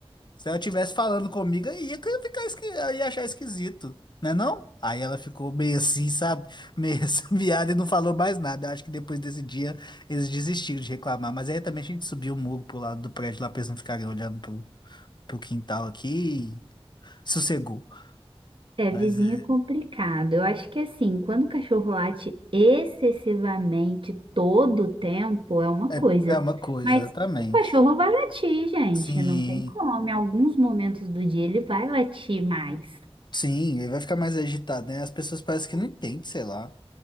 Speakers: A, on the left; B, on the right.
A: Se ela estivesse falando comigo, aí ia ficar esqui... eu ia achar esquisito, né não? Aí ela ficou meio assim, sabe? Meio <laughs> essa e não falou mais nada. Eu acho que depois desse dia eles desistiram de reclamar. Mas aí também a gente subiu o muro pro lado do prédio lá pra eles não ficarem olhando pro, pro quintal aqui e sossegou.
B: É,
A: Mas
B: vizinho
A: é,
B: é complicado. Eu acho que assim, quando o cachorro late excessivamente todo o tempo é uma
A: é,
B: coisa,
A: é uma coisa,
B: mas
A: exatamente.
B: o cachorro vai latir, gente,
A: Sim,
B: não tem como. Em alguns momentos do dia ele vai latir mais,
A: sim, ele vai ficar mais agitado, né? As pessoas parecem que não entendem, sei lá.